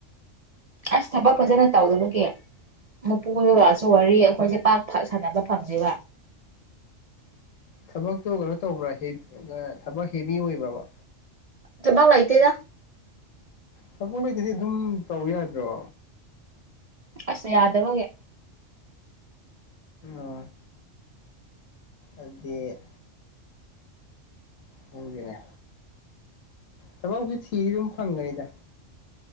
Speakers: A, on the right; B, on the left.
A: ꯑꯁ ꯊꯕꯛ ꯐꯖꯅ ꯇꯧꯗꯕꯒꯤ ꯃꯄꯨꯗꯨꯒꯥꯁꯨ ꯋꯥꯔꯤ ꯑꯩꯈꯣꯏꯁꯦ ꯄꯥꯛ ꯐ ꯁꯥꯟꯅꯕ ꯐꯪꯗꯦꯕ
B: ꯊꯕꯛꯇꯣ ꯀꯩꯅꯣ ꯇꯧꯕ꯭ꯔꯥ ꯍꯦ ꯊꯕꯛ ꯍꯦꯚꯤ ꯑꯣꯏꯕ꯭ꯔꯕ
A: ꯊꯕꯛ ꯂꯩꯇꯦꯗ
B: ꯊꯕꯛ ꯂꯩꯇꯗꯤ ꯑꯗꯨꯝ ꯇꯧ ꯌꯥꯗ꯭ꯔꯣ
A: ꯑꯁ ꯌꯥꯗꯕꯒꯤ
B: ꯑ ꯑꯗꯗꯤ ꯄꯨꯡꯗꯤꯅꯦ ꯊꯕꯛ ꯇꯤ ꯊꯤꯗꯤ ꯑꯗꯨꯝ ꯐꯪꯒꯅꯤꯗ